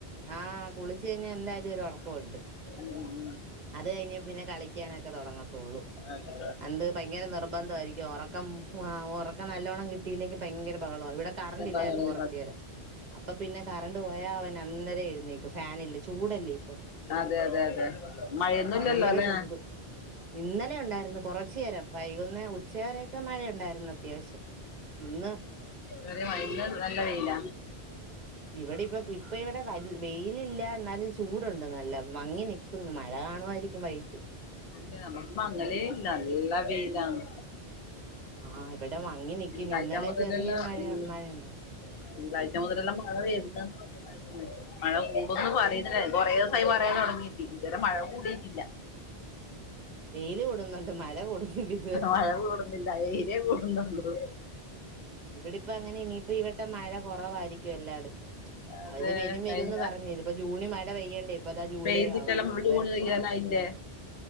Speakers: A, on the right; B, on the left.
A: ആഹ് കുളിച്ച് കഴിഞ്ഞാൽ- എന്തായാലും ഒരു ഉറക്കമുണ്ട്.
B: ഉം ഉം.
A: അത് കഴിഞ്ഞ പിന്നെ- കളിക്കാനൊക്കെ തുടങ്ങത്തുള്ളൂ.
B: അതെ
A: എന്ത് ഭയങ്കര നിർബന്ധമായിരിക്കും ഉറക്കം, ഉറക്കം നല്ലോണം- കിട്ടിയില്ലെങ്കിൽ ഭയങ്കര ബഹളമാണ് ഇവിടെ. റല്ലായിരുന്നു
B: അതെ
A: കൊറച്ചേര് അപ്പോ പിന്നെ കറണ്ട് പോയാൽ അവന് അന്നേരം എഴുന്നേക്കും. ഫാനല്ലേ ചൂടല്ലേ ഇപ്പോ
B: അതെ അതെ അതെ മഴയൊന്നുംല്ലല്ലോ
A: ഭയങ്കര
B: അല്ലെ
A: ചൂട്. ഇന്നലെ ഉണ്ടായിരുന്നു കൊറച്ച് ച്യേരം വൈകുന്നേ ഉച്ച വരൊക്കെ, മഴയ ഉണ്ടായിരുന്നു അത്യാവശ്യം ഇന്ന്.
B: ചറ മന്ന് നല്ല വെയില.
A: ഇവിടെ ഇപ്പ, ഇപ്പ ഇവിടെ വ വെയിലില്ല എന്നാലും, ചൂടുണ്ട് നല്ല മങ്ങി നി- ക്കുന്നു, മഴ കാണുമായിരിക്കും വൈകട്ട്.
B: ഇല്ല നമുക്ക് മങ്ങളേ ഇല്ല, അല്ല, നല്ല വെയിലാണ്.
A: ആഹ് ഇവിടെ മങ്ങി നിക്കി,
B: തിങ്കളാഴ്ച
A: ഇന്നലെ
B: മുതലെല്ലാം
A: ചെറിയ മഴ,
B: ഉം
A: മഴയുണ്ട്.
B: തിങ്കളാഴ്ച മുതലെല്ലാം മഴ- വരുന്നന്ന് പറഞ്ഞായിരുന്നു. മഴ കൂടുംന്ന് പറയുന്നില്ല കുറെ- ദിവസമായി പറയാൻ തുടങ്ങീട്ട്. ഇതുവരെ മഴ കൂടിട്ടില്ല.
A: വെയില് കൂടുന്നുണ്ട് മഴ കൂടുന്നില്ല ഇതുവരെ.
B: <unintelligible> വയില കൂടുന്നുള്ളു.
A: ഇവിടെപ്പ അങ്ങനെ ഇനി ഇപ്പ- ഇവിടെ മഴ കുറവായിരിക്കും എല്ലായിടത്തും.
B: അതെ
A: അവര് വെരും
B: കഴിഞ്ഞ
A: വരുംന്ന് പറഞ്ഞഞ്, ഇതി ഇപ്പ ജൂണി മഴ പെയ്യേണ്ടേ, ഇപ്പതാ ജൂലൈ
B: പെയ്തില്ലല്ലോ
A: ആവാറാ ഇതുവരെ-
B: ജൂണ് കഴിയാനായില്ലേ